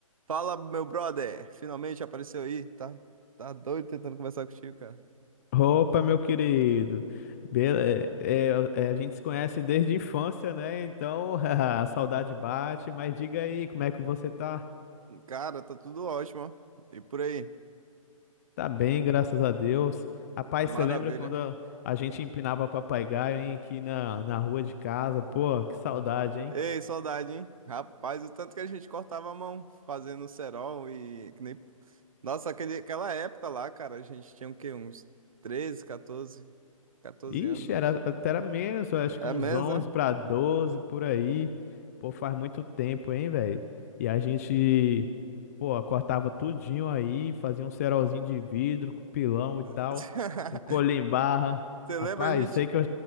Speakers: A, on the right (about 75°); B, on the left (about 25°).
A: Fala, meu brother! Finalmente apareceu aí. Tá, tá doido tentando conversar contigo, cara.
B: Opa, meu querido. Bele... É, é, é, a gente se conhece desde a infância, né? Então, <laughs> a saudade bate, mas diga aí, como é que você tá?
A: Cara, tá tudo ótimo, ó. E por aí?
B: Tá bem, graças a Deus. Rapaz,
A: Maravilha.
B: você lembra quando a a gente empinava papagaio, hein, aqui na, na rua de casa? Pô, que saudade, hein?
A: Ei, saudade, hein? Rapaz, o tanto que a gente cortava a mão fazendo cerol e que nem... Nossa, aquele, aquela época lá, cara, a gente tinha o quê? Uns 13, 14, 14
B: Ixi,
A: anos, acho.
B: era, até era menos, eu acho
A: É
B: que uns
A: mesmo,
B: 11
A: né?
B: para 12 por aí. Pô, faz muito tempo, hein, velho? E a gente, pô, cortava tudinho aí, fazia um cerolzinho de vidro com pilão e
A: <laughs>
B: tal, com colher em barra.
A: Você lembra
B: Rapaz,
A: a gente?
B: sei que eu,